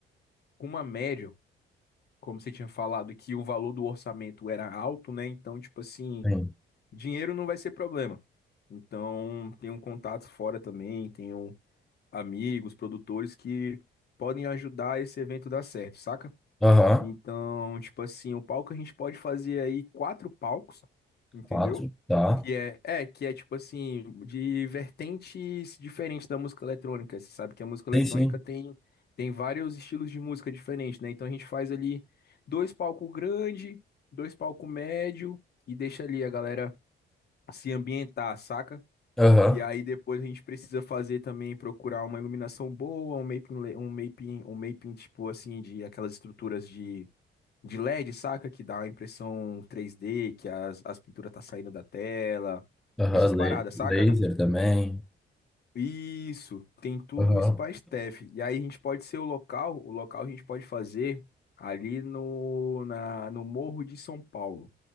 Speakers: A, on the left; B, in the centre.
A: com uma média. como você tinha falado que o valor do orçamento era alto, né? Então, tipo assim,
B: Tem.
A: dinheiro não vai ser problema. Então, tenho contatos fora também, tenho amigos, produtores que podem ajudar esse evento dar certo, saca?
B: Aham,
A: Então, tipo assim, o palco a gente pode fazer aí quatro palcos, entendeu?
B: Quatro, tá.
A: Que é, é, que é tipo assim, de vertentes diferentes da música eletrônica. Você sabe que a música eletrônica
B: Sim, sim.
A: tem, tem vários estilos de música diferentes, né? Então a gente faz ali dois palcos grande, dois palcos médio e deixa ali a galera se ambientar, saca?
B: Aham,
A: E aí depois a gente precisa fazer também, procurar uma iluminação boa, um mapping, le- um mapping, um mapping tipo assim, de aquelas estruturas de LED, saca? Que dá a impressão 3D, que as, as pinturas tá saindo da tela.
B: Aham,
A: Essas paradas,
B: la- Laser
A: saca?
B: também.
A: Isso, tem tudo
B: Aham.
A: isso pra Steph. E aí a gente pode ser o local, o local a gente pode fazer ali no, na, no Morro de São Paulo,